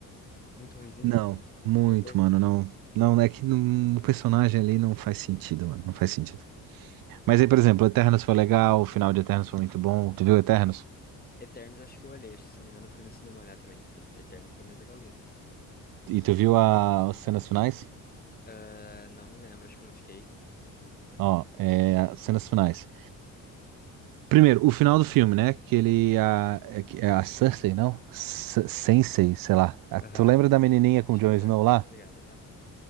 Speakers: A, on the left; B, on the right.
A: Muito ruinzinho.
B: não, muito,
A: Não pegou?
B: mano, não. Não, é que não- o personagem ali não faz sentido, mano, não faz sentido. Mas aí, por exemplo, Eternos foi legal, o final de Eternos foi muito bom. Tu viu Eternos?
A: Eternos acho que eu olhei, acho que se não me engano eu fui no cinema olhar também. Esse Eternos foi mais legalzinho.
B: E tu viu a- as cenas finais?
A: Ah, não me lembro, acho que eu não fiquei.
B: Ó, é, as cenas finais. Primeiro, o final do filme, né? Que ele. A, é, que- é a Cersei, não? S Sensei, sei lá. Ah,
A: Aham.
B: tu lembra da menininha
A: Acho
B: com o Jon
A: que eu me,
B: Snow
A: acho
B: lá?
A: que eu tô ligado, aham.